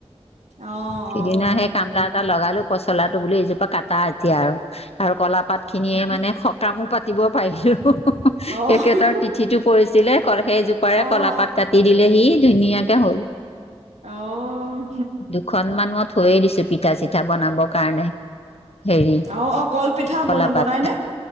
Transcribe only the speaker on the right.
অ', অ',
অ',
অ',
অ', অ',
অ অ কলপিঠা
ব বনাই নে?